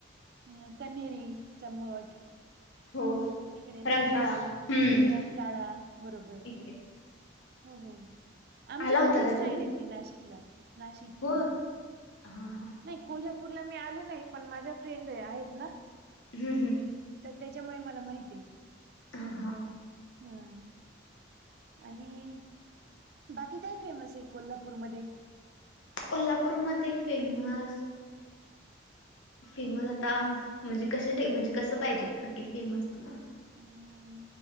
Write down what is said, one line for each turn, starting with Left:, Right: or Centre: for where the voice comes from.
Right: अ कनेरी चा मट.
Left: हो.
Right: तिकडे ना
Left: रंकाळा. हम्म.
Right: रंगकाळा बरोबर.
Left: इकडे.
Right: हो हो आमची
Left: आला होता
Right: पण तीच
Left: का
Right: साईड
Left: तुम्ही?
Right: येती नाशिकला. नाशिक
Left: होय.
Right: तिकड.
Left: हा हा.
Right: नाही कोल्हापूरला मी आले नाही पण माझ्या फ्रेंड आहेत ना.
Left: हम् हम्.
Right: तर त्याच्यामुळे मला माहिती आहे.
Left: ह हां.
Right: हा आणि, बाकी काय फेमस आहे कोल्हापूरमध्ये.
Left: कोल्हापूरमध्ये फेमस, फेमस आता म्हणजे कशा टाइ कश म्हणजे कसं पाहिजे नक्की फेमस तुम्हाला.
Right: हम्म